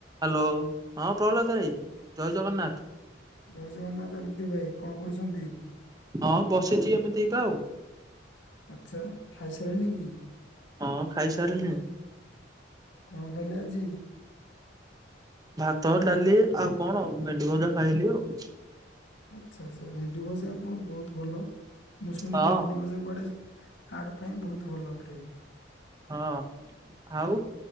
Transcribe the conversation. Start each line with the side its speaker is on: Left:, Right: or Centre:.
Right: Hello, ହଁ ପ୍ରହ୍ଲାଦ ଭାଇ ଜୟ ଜଗନ୍ନାଥ।
Left: ଜୟ ଜଗନ୍ନାଥ ଆଦିତ୍ୟ ଭାଇ, କଣ କରୁଛନ୍ତି?
Right: ହଁ ବସିଚି ଏମିତି ଏକା ଆଉ।
Left: ଆଚ୍ଛା, ଖାଇସାରିଲେଣିି କି?
Right: ହଁ ଖାଇସାରିଲିଣି।
Left: କଣ ଖାଇଲେ ଆଜି?
Right: ଭାତ, ଡାଲି ଆଉ କଣ ଭେଣ୍ଡି ଭଜା ଖାଇଲି ଆଉ।
Left: ଆଚ୍ଛା-ଆଚ୍ଛା ଭେଣ୍ଡି ଭଜା ଆପଣ ବହୁତ୍ ଭଲ, ମୁଁ ଶୁଣିଲି
Right: ହଁ।
Left: ଭେଣ୍ଡି ଭଜା କୁଆଡେ ହାର୍ଟ ପାଇଁ ବହୁତ୍ ଭଲ ଅଟେ।
Right: ହଁ ଆଉ